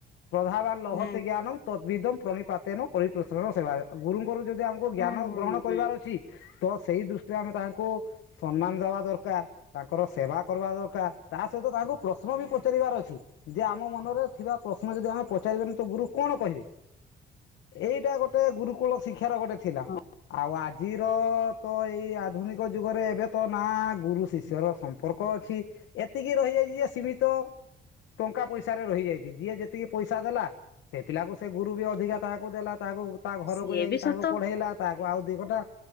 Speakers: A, on the left; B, on the left.
A: ପ୍ରଧାବାନ ଲୋଭତେ
B: ହୁଁ
A: ଜ୍ଞାନମ୍ ତଦ୍ଭିଦମ୍ ପ୍ରଣିପାତେନ ପରି ପ୍ରସରେଣ ସେବାୟ ଗୁରୁଙ୍କ ଙ୍କରୁ ଯଦି ଆମକୁ
B: ହୁଁ
A: ଜ୍ଞାନ
B: ହୁଁ
A: ଗ୍ରହଣ କରିବାର
B: ହୁଁ
A: ଅଛି। ତ ସେଇ ଦୃଷ୍ଟିରେ ଆମେ ତାଙ୍କୁ ସମ୍ମାନ ଦେବା ଦରକାର ତାଙ୍କର ସେବା କରିବା ଦରକାର ତା ସହିତ। ତାହାଙ୍କୁ ପ୍ରଶ୍ନ ବି ପଚାରିବାର ଅଛି ଯେ ଆମ ମନରେ ଥିବା ପ୍ରଶ୍ନ ଯଦି ଆମେ ପଚାରି ବାନି ତ ଗୁରୁ କଣ କହିବେ। ଏଇଟା ଗୋଟେ ଗୁରୁକୁଳ ଶିକ୍ଷାର ଗୋଟେ ଥିଲା
B: ହୁଁ
A: ଆଉ ଆଜି। ର ତ ଏଇ ଆଧୁନିକ ଯୁଗରେ ଏବେ ତ ନା ଗୁରୁ ଶିଷ୍ୟ ର ସମ୍ପର୍କ ଅଛି। ଏତିକି ରହି ଯାଇଛି ଯେ ସୀମିତ। ଟଙ୍କା ପଇସାରେ ରହିଯାଇଛି ଯିଏ ଯେତିକି ପଇସା ଦେଲା ସେ ପିଲାକୁ ସେ ଗୁରୁ ବି ଅଧିକା ତାହାକୁ ଦେଲା। ତାକୁ ତା ଘରକୁ
B: ସିଏ
A: ଯାଇକି
B: ବି
A: ତାହକୁ
B: ସତ
A: ପଢେଇଲା ତାହକୁ ଆଉ। ଦି ଘଟା